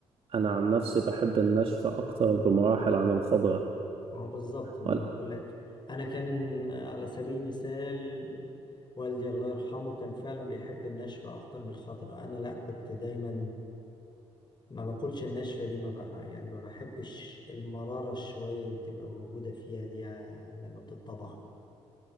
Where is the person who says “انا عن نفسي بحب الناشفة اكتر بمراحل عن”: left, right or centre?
Right